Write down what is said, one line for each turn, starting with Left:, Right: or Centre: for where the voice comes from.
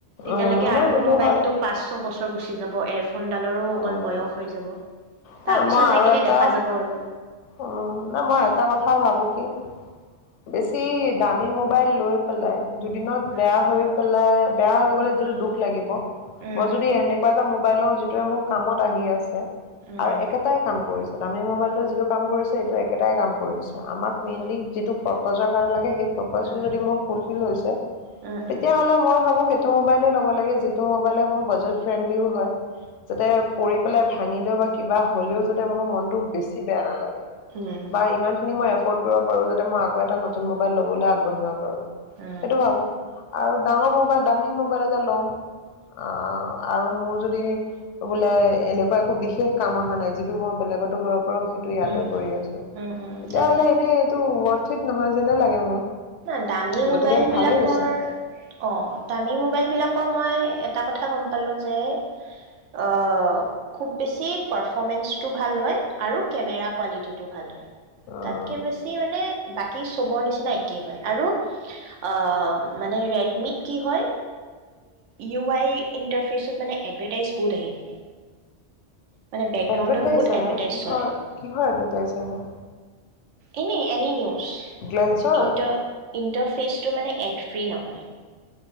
Right: তেতিয়ালৈকে
Left: উম, নাই
Right: আৰু
Left: সেইটো
Right: মোবাইলতটো
Left: হয়।
Right: পাঁচ ছ বছৰ ত গুচি যাব এফ। সোনডালৰো অকন
Left: উম,
Right: বয়স হৈ যাব
Left: নাই
Right: তাপিছত
Left: মই আৰু
Right: লাগিলে
Left: এটা
Right: দেখা যাব আৰু।
Left: উম না মই এটা কথা ভাবো কি বেছি দামী মোব মোবাইল লৈ পেলাই দুদিনত
Right: উম
Left: বেয়া হয় পেলাই বেয়া হৈ গ'লে যিটো দুখ লাগিব
Right: উম
Left: মই যদি এনেকুৱা এটা মোব মোবাইল লও যিটোৱে মোৰ কামত আহি আছে।
Right: উম
Left: আৰু একেটাই কাম কৰিছ দামি ম'বাইলটো যিটো কাম কৰিছে এটো একেটাই কাম কৰিছ আমাক মেইনলি যিটো প বজা কাৰেলৈকে হেপ ফ'কাছটো
Right: উম
Left: যদি মো ফুলফিল হৈছে,
Right: উম উম
Left: তেতিয়াহ'লে
Right: উম
Left: মই ভাবো সে টো মোবাইলে লব লাগে, যিটো মোবাইলে মোৰ বাজেট ফ্ৰেণ্ডলিও হয়, যাতে পৰি পেলাই ভাঙিলেও বা কিবা হ'লেও যাতে মোৰ মনটো বেছি বেয়া নালা
Right: উম উম উম
Left: বা ইমানখিনি মই এফ্ৰট কৰিব পাৰো যাতে মই আকৌ এটা নতুন মবাইল লবলৈ আগবাঢ়িব পাৰো।
Right: উম উম
Left: সেটো ভাবো আৰু ডাঙৰ মোবাইল ডামি মোবাইল এটা ল'ম। অ' আৰু মোৰ যদি বোলে এনেকুৱা একো বিশেষ কাম আহা নাই। যিটো মই বেলেগতো কৰিব পাৰো সে ইয়াতে
Right: উম উম
Left: কৰি আছো তেতিয়াহলে
Right: উম উম তাকে
Left: এনেই এটো টো ৱথিত নহয় যেনে লাগে মোৰ।
Right: ন দামী মোবাইল
Left: গতিকে ভালেই
Right: বিলাকৰ
Left: হৈছে
Right: অ' দামী মোবাইল বিলাকৰ মই এটা কথা থা গম পালো যে অ' খুব বেছি পাৰফমেঞ্চটো ভাল হয় আৰু কেমেৰা কোৱালিটিটো ভাল হয়।
Left: অ'।
Right: তাতকে বেছি মানে বাকী চবৰ নিচিনাই। কি হয় আৰু আ মানে ৰেডমিত কি হয় ইউ আই ইণ্টাৰফেচত মানে এডভেটাইজ বহুত আহি থাকে। মানে বেকগ্ৰাউণ্ডত
Left: এডভাৰটাইজ
Right: বহুত
Left: আহে
Right: এডভাৰটাইজ
Left: কিহৰ
Right: চলে
Left: এডভাৰটাইজ আহে?
Right: এনেই আনি নিও
Left: গ্লেন্সৰ
Right: ইণ্ট ইণ্টাৰফেচটো মানে এক ফ্ৰী নহয়।